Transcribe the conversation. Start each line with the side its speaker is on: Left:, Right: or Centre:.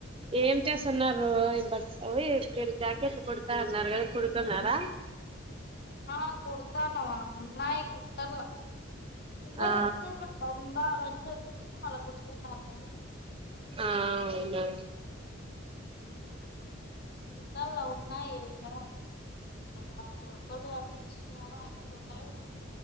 Right: ఏం చేస్తున్నారు ఇ బ అవి మీరు జాకెట్లు కుడతా నరగది కుడుతున్నారా
Left: ఆ కుడతానమా ఉన్నాయి కుట్టల <unintelligible>
Right: ఆ
Left: ఎంతసేపటి ఇలా ఉందా నుంచొని చూస్తే మళ్ళ కుట్టుకుందాం లే అని
Right: ఊమ్ అవునవును
Left: ఊమ్ కుట్టాల ఉన్ నా ఇ విధ మా కొడుకుల్ తోని <inaudible> చిన్నదా అమ్మకు పుండైంది